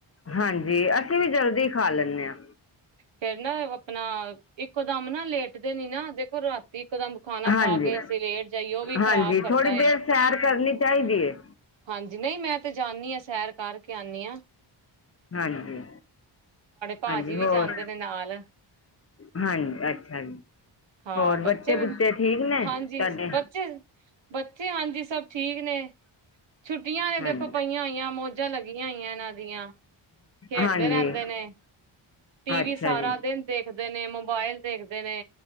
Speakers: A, on the left; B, on the right.
A: ਹਾਂਜੀ ਅਸੀਂ ਵੀ ਜਲ ਦੀ ਖਾ ਲੈਂਨੇ ਆਂ।
B: ਫੇਰ ਨਾ ਆਪਣਾ, ਇੱਕੋ ਦਮ ਨਾ ਲੇਟਦੇ ਨੀ ਨਾ ਦੇਖੋ ਰਾਤੀ ਇੱਕੋ ਦਮ ਖਾਣਾ
A: ਹਾਂਜੀ
B: ਖਾ ਕੇ ਅਸੀਂ ਲੇਟ ਜਾਈਏ ਉਹ ਵੀ
A: ਹਾਂਜੀ
B: ਖ਼ਰਾਬ ਕਰਦਾ
A: ਥੋੜ੍ਹੀ ਦੇਰ
B: ਏ।
A: ਸੈਰ ਕਰਨੀ ਚਾਹੀਦੀ ਹੈ
B: ਹਾਂਜੀ ਨਹੀਂ ਮੈਂ ਤੇ ਜਾਨੀ ਆਂ ਸੈਰ ਕਰਕੇ ਆਨੀ ਆਂ।
A: ਹਾਂਜੀ।
B: ਭਾਜੀ
A: ਹਾਂਜੀ ਹੋਰ,
B: ਵੀ ਜਾਂਦੇ ਨੇ ਨਾਲ
A: ਹਾਂਜੀ ਅੱਛਾ ਜੀ।
B: ਹਾਂ
A: ਹੋਰ
B: ਬੱਚੇ ਵੀ,
A: ਬੁੱਚੇ ਠੀਕ ਨੇ
B: ਹਾਂਜੀ
A: ਤੁਹਾਡੇ
B: ਬੱਚੇ ਬੱਚੇ ਹਾਂਜੀ ਸਭ ਠੀਕ ਨੇ। ਛੁੱ ਧੀਆਂ ਨੇ ਦੇਖੋ
A: ਹਾਂਜੀ
B: ਪਈਆਂ ਹੋਈਆਂ ਮੌਜਾਂ ਲੱਗੀਆਂ ਹੋਈਆਂ ਏਨਾਂ ਦੀਆਂ। ਖੇਡਦੇ
A: ਹਾਂਜੀ
B: ਰੈੰਦ ਨੇ ਟੀਵੀ
A: ਅੱਛਾ
B: ਸਾਰਾ
A: ਜੀ
B: ਦਿਨ ਦੇਖਦੇ ਨੇ ਮੋਬਾਇਲ ਦੇਖਦੇ ਨੇ।